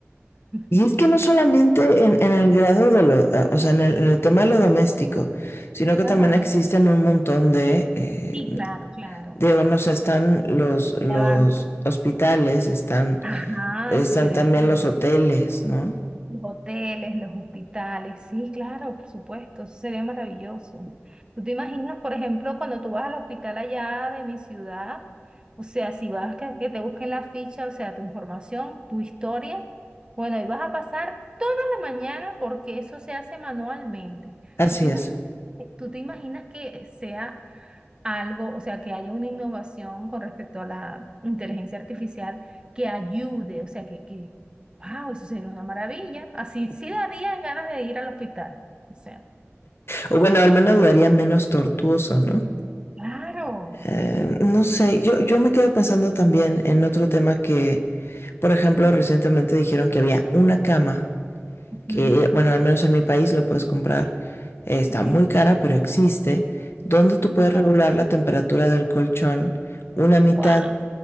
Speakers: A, on the right; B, on the left.
A: <laughs>
B: Y es que no solamente en, en el grado de lo, o sea, en el, en el, tema de lo doméstico, sino que
A: Ajá.
B: también existen un montón de, eh,
A: Sí, claro, claro.
B: de no sé, están los, los
A: de avance.
B: hospitales, están,
A: Ajá,
B: están
A: eso sería
B: también
A: maravilloso.
B: los hoteles, ¿no?
A: Los hoteles, los hospitales, sí, claro, por supuesto, eso sería maravilloso. ¿Tú te imaginas, por ejemplo, cuando tú vas al hospital allá de mi ciudad? O sea, si vas, que, que te busquen la ficha, o sea, tu información, tu historia, bueno, y vas a pasar toda la mañana porque eso se hace manualmente.
B: Así
A: ¿Tú te
B: es.
A: imaginas, tú te imaginas que sea algo, o sea, que haya una innovación con respecto a la inteligencia artificial que ayude, o sea, que, que, wow, eso sería una maravilla. Así sí darían ganas de ir al hospital. O sea,
B: O bueno, al menos lo haría menos tortuoso, ¿no?
A: claro.
B: Eh, no sé, yo, yo me quedo pensando también en otro tema que, por ejemplo, recientemente dijeron que había una cama que,
A: Ujú,
B: bueno, al menos en mi país la puedes comprar, eh, está
A: Ok,
B: muy cara, pero existe, donde tú puedes
A: ajá.
B: regular la temperatura del colchón una mitad
A: Wow.